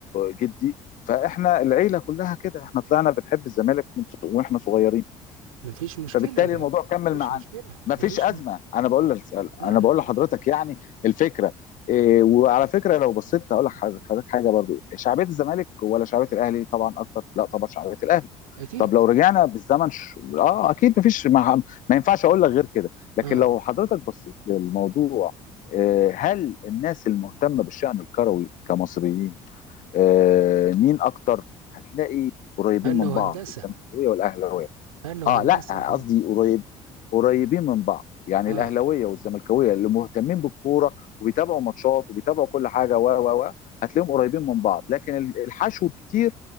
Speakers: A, on the left; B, on the right.
A: جدي فاحنا العيله كلها كده احنا طلعنا بنحب الزمالك من- واحنا صغيرين
B: مفيش مشكلة
A: فبالتالي
B: لا
A: الموضوع كمل
B: مفيش
A: معانا
B: مشكلة
A: مفيش
B: مفيش
A: ازمه
B: م...
A: انا بقول لك
B: اه
A: انا بقول لحضرتك يعني الفكره إيه وعلى فكره لو بصيت هقول لحضرتك حاجه برضو شعبيه الزمالك ولا شعبيه الاهلي طبعا اكتر لا طبعا شعبيه الاهلي
B: اكيد
A: طب لو رجعنا بالزمن ش... اه اكيد مفيش ما, ما ينفعش اقول لك غير كده لكن
B: اه
A: لو حضرتك بصيت للموضوع آه، هل الناس المهتمه بالشان الكروي كمصريين آه، مين اكتر هتلاقي قريبين
B: فن
A: من
B: وهندسة
A: بعض الزملكاويه والاهلاويه
B: فن وهندسة
A: اه لا
B: دي
A: قصدي قريب قريبين من بعض يعني
B: اه
A: الاهلاويه والزملكاويه اللي مهتمين بالكوره وبيتابعوا ماتشات وبيتابعوا كل حاجه و و و هتلاقيهم قريبين من بعض لكن ال- الحشو الكتير